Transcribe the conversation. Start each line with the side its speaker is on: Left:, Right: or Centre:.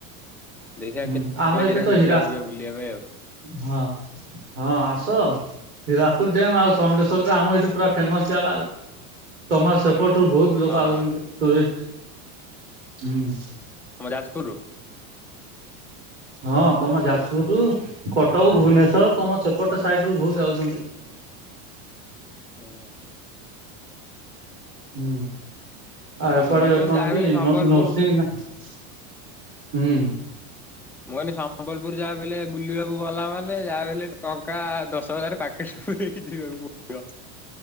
Centre: ଦେଖିଆ
Right: ହୁଁ
Centre: କେ
Right: ଆମ
Centre: ବେ
Right: ଏଇଠି
Centre: ହୀରାକୁଦ
Right: ତ ହୀରା
Centre: ଡ୍ୟାମ୍ ବୁଲିଆ ପାଇଁ ଆଉ।
Right: ହଁ। ହଁ ଆସ ହୀରାକୁଦ ଡ୍ୟାମ୍ ଆଉ ସମଲେଶ୍ଵର ତ ଆମ ଏଇଠୁ ପୁରା ଫେମସ ଜାଗା ଆଉ। ତମର ସେପଟୁରୁ ବହୁତ ଲୋକ
Centre: ହଁ
Right: ଆଉଚନ୍ତି ଟୁରିଷ୍ଟ ହୁଁ।
Centre: ଆମ ଯାଜପୁରରୁ?
Right: ହଁ ତମ ଯାଜପୁରରୁୁ କଟକ, ଭୁବନେଶ୍ୱର ତମ ସେପଟ ସାଇଡରୁ ବହୁତ ଆଉଚନ୍ତି।
Centre: ହଁ।
Right: ହୁଁ। ଆ ଏପଟେ
Centre: ମିନିମମ୍
Right: କଣ
Centre: ଯାହା
Right: କି
Centre: ହେଲେ ସମ୍ବଲପୁର
Right: ନ ନର୍ସିଂ ନା ହୁଁ।
Centre: ମୁଁ କହିନି ସମ୍ବଲପୁର ଯାହାବି ହେଲେ ବୁଲିବାକୁ ଗଲା ମାନେ ଯାହା ବି ହେଲେ ଟଙ୍କା ଦଶ ହଜାର ପା ଏ ଯିବାକୁ ପଡିବ।